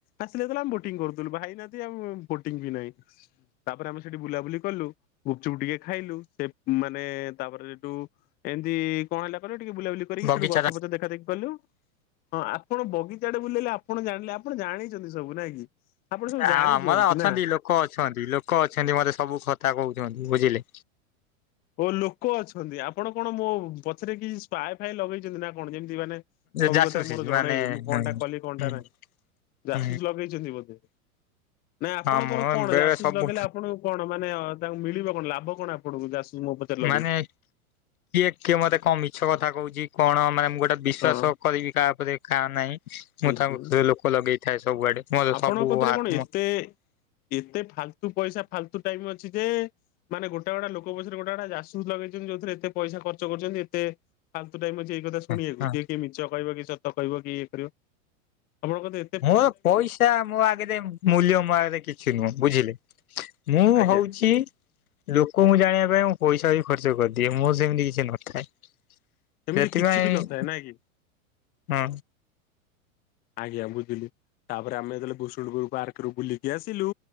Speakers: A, on the left; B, on the left.
A: ଆସିନଥିଲା ଆମେ ବୋଟିଂ କରୁଥିଲୁ ଭାଇନାହାନ୍ତି ଆମ ବୋଟିଂ ବି ନାହିଁ। ତାପରେ ଆମେ ସେଠି ବୁଲାବୁଲି କଲୁ ଗୁପଚୁପ ଟିକେ ଖାଇଲୁ ସେ, ମାନେ ତାପରେ ସେଠୁ ଏମତି କଣ ହେଲା କହିଲେ ଟିକେ ବୁଲାବୁଲି କରିକି
B: ବଗିଚା
A: ସେଠୁ ଗଛ ପଛ ଦେଖା ଦେଖି, କଲୁ ହଁ ଆପଣ ବଗିଚାରେ ବୁଲେଇଲେ ଆପଣ ଜାଣିଲେ ଆପଣ ଜାଣିଛନ୍ତି ସବୁ ନାଇଁ କି। ଆପଣ ସବୁ
B: ଆ
A: ଜାଣି
B: ଆମର
A: ଦିଅନ୍ତି
B: ଅଛନ୍ତି
A: ନା।
B: ଲୋକ ଅଛନ୍ତି ଲୋକ ଅଛନ୍ତି ମତେ ସବୁ କଥା କହୁଛନ୍ତି ବୁଝିଲେ।
A: ଓ ଲୋକ ଅଛନ୍ତି ଆପଣ କଣ ମୋ ପଛରେ କିଛି ସ୍ପାଏ ଫାଏ ଲଗେଇଛନ୍ତି ନା, କଣ ଯେମିତି ମାନେ ସବୁ
B: ଜାସୁସି
A: କଥା ମୋର ଜଣେଇବି
B: ମାନେ
A: ମୁଁ କଣଟା
B: ହୁଁ
A: କଲି କଣଟା ନାହିଁ। ଯାସୁସ
B: ହୁଁ
A: ଲଗେଇଛନ୍ତି ବୋଧେ ନାଇଁ ଆପଣଙ୍କର
B: ହଁ ମୁଁ
A: କଣ
B: ବେଳେ
A: ଯାସୁସ
B: ସବୁ
A: ଲଗେଇଲେ ଆପଣ, କଣ ମାନେ ତାଙ୍କୁ ମିଳିବ କଣ ଲାଭ କଣ ଆପଣଙ୍କୁ ଯାସୁସ ମୋ ପଛରେ ଲଗେଇକି।
B: ମାନେ କିଏ କିଏ ମତେ କଣ ମିଛ କଥା କହୁଛି କଣ ମାନେ ଗୋଟେ, ବିଶ୍ଵାସ
A: ହଁ
B: କରିବି କାହା ଉପରେ ଖାଆ ନାହିଁ
A: ହୁଁ
B: ମୁଁ ତାଙ୍କ
A: ହୁଁ।
B: ଲୋକ ଲଗେଇଥାଏ ସବୁଆଡେ। ମୋର
A: ଆପଣଙ୍କ
B: ସବୁ
A: କଥିରେ
B: ଆତ୍ମ
A: କଣ ଏତେ ଏତେ ଫାଲତୁ ପଇସା ଫାଲତୁ ଟାଇମ ଅଛି ଯେ, ମାନେ ଗୋଟେ ଗୋଟେ ଲୋକ ପଛରେ ଗୋଟେ ଯାସୁସ ଲଗେଇଛନ୍ତି ଯଉଥିରେ ଏତେ ପଇସା ଖର୍ଚ୍ଚ କରିଛନ୍ତି ଏତେ, ଫାଲତୁ ଟାଇମ ଅଛି ଏଇ କଥା ଶୁଣିବାକୁ
B: ହଁ
A: ଯିଏ କିଏ ମିଛ କହିବ କି ସତ କହିବ କି ଇଏ କରିଵ ଆପଣ କଣ,
B: ମୋର ପଇସା ମୋ ଆଗରେ ମୂଲ୍ୟ ମୋ ଆଗରେ କିଛି ନୁହଁ ବୁଝିଲେ। ମୁଁ
A: ଆଜ୍ଞା
B: ହୋଉଛି ଲୋକଙ୍କୁ ଜାଣିବା ପାଇଁ ମୁଁ ପଇସା ବି ଖର୍ଚ୍ଚ କରିଦିଏ ମୋର ସେମିତି କିଛି ନଥାଏ
A: ଏମିତି
B: ସେଥିପାଇଁ
A: କିଛି ବି ନଥାଏ ନାଇଁ କି?
B: ହଁ
A: ଆଜ୍ଞା ବୁଝିଲି ତାପରେ ଆମେ ଯେତେବେଳେ ଭୁଷୁଣପୁର ପାର୍କ ରୁ ବୁଲିକି ଆସିଲୁ